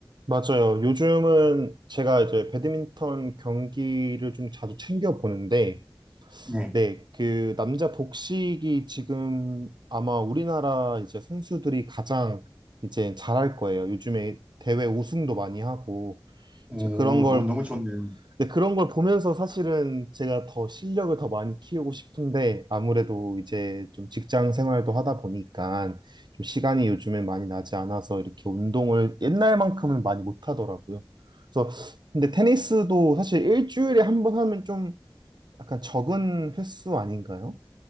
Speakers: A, on the right; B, on the right.
A: 맞아요. 요즘은 제가 이제 배드민턴 경기를 좀 자주 챙겨 보는데
B: 네.
A: 네, 그 남자 복식이 지금 아마 우리나라 이제 선수들이 가장 이제 잘할 거예요. 요즘에 대회 우승도 많이 하고
B: 오,
A: 이제 그런 걸
B: 너무 너무 좋네요.
A: 근데 그런 걸 보면서 사실은 제가 더 실력을 더 많이 키우고 싶은데 아무래도 이제 좀 직장 생활도 하다 보니까 좀 시간이 요즘에 많이 나지 않아서 이렇게 운동을 옛날만큼은 많이 못 하더라고요. 그래서 근데 테니스도 사실 일주일에 한 번 하면 좀 약간 적은 횟수 아닌가요?